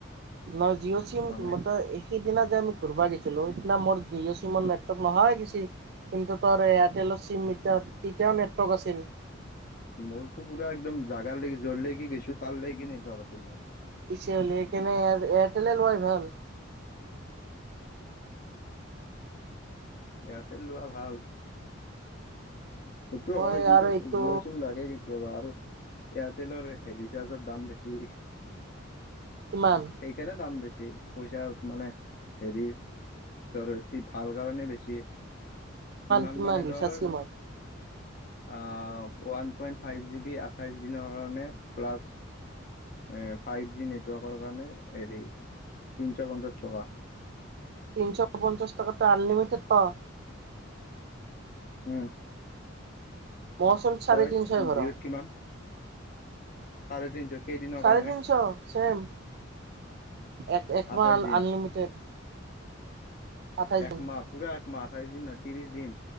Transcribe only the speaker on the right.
ন জিঅ' চিম
কিমত এ সিদিনা যে আমি ঘূৰবা গৈছিলো সেইদিনা মোৰ জিঅ' চিমৰ নেটৱৰ্ক নহাই গেছি। কিন্তু তোৰ এয়াৰটেলৰ চিম এতিয়াত তেতিয়াও নেটৱৰ্ক আছিল।
পিছে হলি কেনে এয়াৰ এয়াৰটেলে লোৱাই ভাল।
মই
আৰু এইটো
কিমান?
কিমান
ৰিচাৰ্জ
কিমান
তিনিশ পঞ্চাশ টকাতট আনলিমিটেড পাওঁ।
মইচোন চাৰে
তিনশই ভৰাও
চাৰে
তিনশ চেম। এক একমাহ
আনলিমিটেড। আঠাইছ
দিন